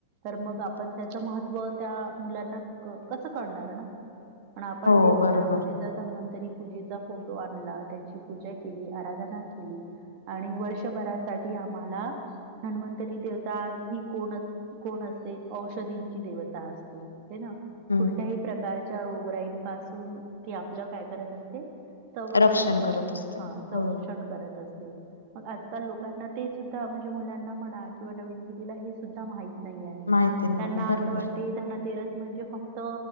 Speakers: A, on the right; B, on the left.
A: तर मग आपण त्याचं महत्त्व त्या मुलांना क-कसं करणार ना. पण आपण
B: हो
A: तेच
B: बरोबर
A: घरामध्ये जर धनवंतरी पूजेचा फोटो आणला त्याची पूजा केली आराधना केली. आणि वर्षभरासाठी आम्हाला हन्वंतरी देवता ही कोण अस कोण असते औषधींची देवता असते हे ना.
B: हम्म
A: कुठल्याही प्रकारच्या रोगराईन पासून ति आपलं काय करत असते. संरक्षण
B: रक्षण
A: करत
B: असते
A: हा संरक्षण
B: हो.
A: करत असत. मग आजकाल लोकांना ते सुद्धा म्हणजे मुलांना म्हणा किंवा नवीन पिढीला हे सुद्धा माहित नाही आहे
B: माहिती नाहीये
A: त्यांना
B: बरोबर
A: असं वाटते
B: आहे
A: धनतेरस म्हणजे फक्त